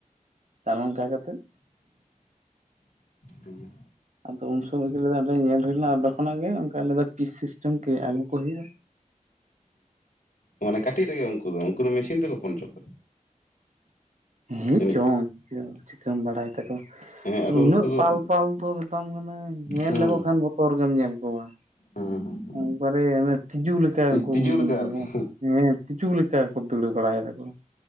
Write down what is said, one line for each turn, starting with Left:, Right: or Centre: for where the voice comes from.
Right: ᱱᱚᱝᱠᱟ ᱠᱟᱛᱮᱫᱼᱼ
Left: ᱦᱩᱸ
Right: ᱟᱫᱚ ᱩᱱ ᱥᱚᱢᱚᱭ ᱜᱮ ᱞᱟᱹᱭᱫᱟᱭ ᱚᱸᱰᱮ ᱧᱮᱞ ᱦᱩᱭ ᱞᱮᱱᱟ ᱚᱸᱰᱮ ᱠᱷᱚᱱᱟᱜ ᱜᱮ ᱚᱱᱠᱟ ᱞᱟᱹᱭᱫᱟ ᱯᱤᱥ ᱥᱤᱥᱴᱮᱢ ᱠᱮ ᱟᱹᱜᱩ ᱠᱚ ᱦᱩᱭᱩᱜᱼᱟ᱾
Left: ᱢᱟᱱᱮ ᱠᱟᱹᱴᱤᱡ ᱨᱮᱜᱮ ᱩᱱᱠᱩ ᱫᱚ ᱩᱱᱠᱩ ᱫᱚ ᱢᱮᱥᱤᱱ ᱛᱮᱠᱚ ᱯᱷᱳᱱ ᱦᱚᱪᱚ ᱠᱚᱣᱟ᱾
Right: ᱦᱮᱸ
Left: ᱡᱟᱹᱱᱤᱡ
Right: ᱪᱚᱝ
Left: ᱠᱷᱟᱱ
Right: ᱪᱤᱠᱟᱹ ᱪᱤᱠᱟᱹᱢ ᱵᱟᱲᱟᱭ? ᱛᱟᱠᱚ
Left: ᱦᱮᱸ
Right: ᱟᱫᱚ ᱩᱱᱟᱹᱜ
Left: ᱩᱱᱠᱩ ᱫᱚ
Right: ᱯᱟᱞ ᱯᱟᱞ ᱫᱚ ᱢᱮᱛᱟᱢ ᱠᱟᱹᱱᱟᱹᱧ ᱧᱮᱞ
Left: ᱦᱮᱸ
Right: ᱞᱮᱠᱚ ᱠᱷᱟᱱᱼᱼ ᱚᱨ ᱜᱮᱢ ᱧᱮᱞ ᱠᱚᱣᱟ
Left: ᱦᱮᱸ
Right: ᱮᱠᱟᱨᱮ ᱛᱤᱡᱩ ᱞᱮᱠᱟ ᱩᱱᱠᱩ
Left: ᱛᱤᱡᱩ ᱞᱮᱠᱟ ᱟᱨᱠᱤ
Right: <inaudible> ᱦᱮᱸ ᱛᱤᱡᱩ ᱞᱮᱠᱟ ᱠᱚ ᱫᱟᱹᱲ ᱵᱟᱲᱟᱭ ᱫᱟᱠᱚ